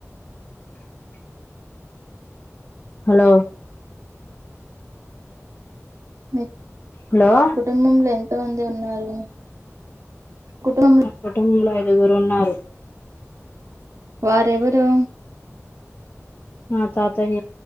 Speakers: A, on the left; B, on the right.
A: హలో
B: మీ
A: హలో
B: కుటుంబంలో ఎంతోమంది ఉన్నారు? కుటుంబం
A: కుటుంలో ఐదుగురున్నారు.
B: వారెవరు?
A: నా తాతయ